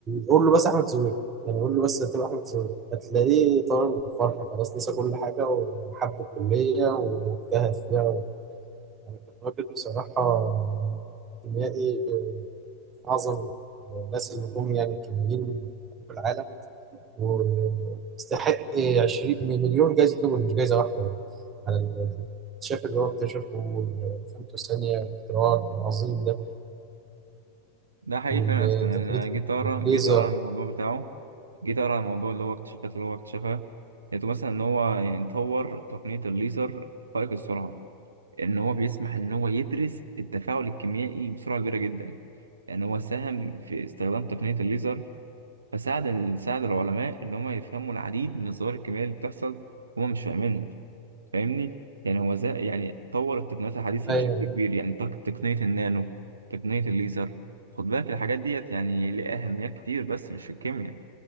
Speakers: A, on the right; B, on the right.
A: قول له بس أحمد زويل يعني قول له بس هتبقى أحمد زويل هتلاقيه طالع من الفرحة خلاص نسى كل حاجة وحب الكلية واجتهد فيها يعني كان راجل بصراحة كيميائي أعظم الناس اللي جم يعني الكيميائيين في العالم ويستحق 20 مليون جايزة نوبل مش جايزة واحدة يعني على الاكتشاف اللي هو اكتشفه والفيمتو الثانية الاختراع العظيم ده
B: ده حقيقي
A: والتقنية
B: فعلا يا اسطى يعني انا جيت اقرا
A: الليزر
B: جيت اقرا عن الموضوع بتاعه جيت اقرا عن الموضوع اللي هو اكتشفته اللي هو اكتشفها لقيته مثلا ان هو يعني طور تقنية الليزر فائق السرعة ان هو بيسمح ان هو يدرس التفاعل الكيميائي بسرعة كبيرة جدا يعني هو ساهم في استخدام تقنية الليزر فساعد ساعد العلماء إن هم يفهموا العديد من الظواهر الكيميائية اللي بتحصل هم مش فاهمينها فاهمني؟ يعني هو زي يعني طور التقنيات الحديثة
A: أيوه
B: بشكل كبير يعني تق- تقنية النانو تقنية الليزر خد بالك الحاجات ديت يعني ليها أهميات كتير بس مش في الكيمياء